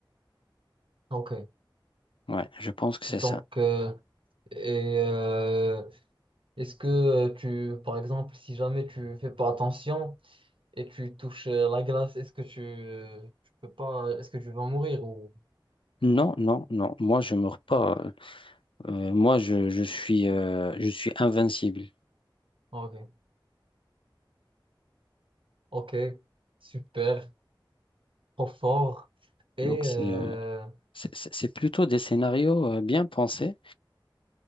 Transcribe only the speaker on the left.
Ouais, je pense que c'est
ça.
Non, non, non. Moi, je meurs pas. Euh, moi, je, je suis, euh, je suis invincible.
Donc c'est
C'est c'est- c'est plutôt des scénarios euh, bien pensés.